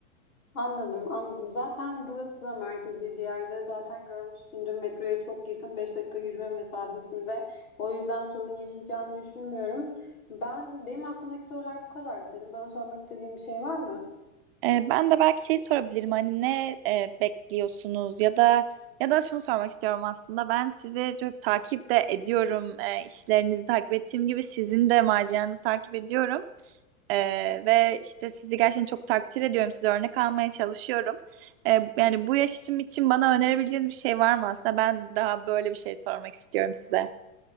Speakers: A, on the left; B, on the right.
A: Anladım, anladım. Zaten burası da merkezi bir yerde. Zaten görmüşsündür metroya çok yakın 5 dakika yürüme mesafesinde. O yüzden sorun yaşayacağını düşünmüyorum. Ben benim aklımdaki sorular bu kadardı. Senin bana sormak istediğin bir şey var mı?
B: Ee, ben de belki şey sorabilirim hani ne e, bekliyorsunuz ya da ya da şunu sormak istiyorum aslında ben sizi çok takip de ediyorum Ee, işlerinizi takip ettiğim gibi sizin de maceranızı takip ediyorum Ee, ve işte sizi gerçekten çok takdir ediyorum size örnek almaya çalışıyorum Ee, yani bu yaşım için bana önerebileceğiniz bir şey var mı aslında ben daha böyle bir şey sormak istiyorum size.